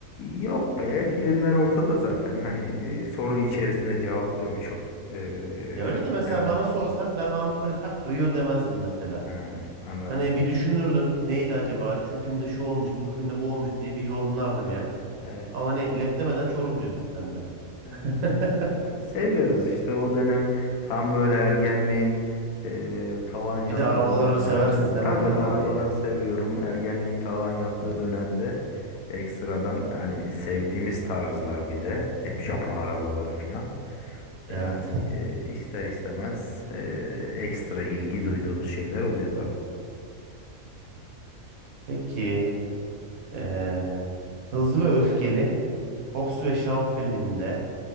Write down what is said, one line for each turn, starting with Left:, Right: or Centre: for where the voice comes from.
Left: Yok be, filmler ortada zaten. Hani e, soru içerisinde cevaplıyor birçok e,
Right: Ya öyle de mesela
Left: kendini.
Right: bana sorsan ben anında böyle tak Rio demezdim mesela.
Left: Ha, anladım.
Right: Hani bir düşünürdüm neydi acaba şu filmde şu olmuştu bu filmde bu olmuştu diye bir yorumlardım yani.
Left: Evet.
Right: Ama hani lep demeden Çorum diyorsun sen de.
Left: evet,
Right: <laughs>
Left: evet. Ya seviyoruz işte o dönem tam böyle ergenliğin e, tavan yaptığı
Right: Bir de arabaları
Left: dönemlerde.
Right: seversin sen
Left: Tabii
Right: ondan
Left: arabaları
Right: dolayı yani.
Left: seviyorum. Ergenliğin tavan yaptığı dönemde ekstradan yani sevdiğimiz tarzlar bir de hep Japon arabaları filan. Yani
Right: Evet.
Left: e, ister istemez e, ekstra ilgi duyduğumuz şeyler oluyor tabii.
Right: Peki eee, Hızlı ve Öfkeli Hobbs ve Shaw filminde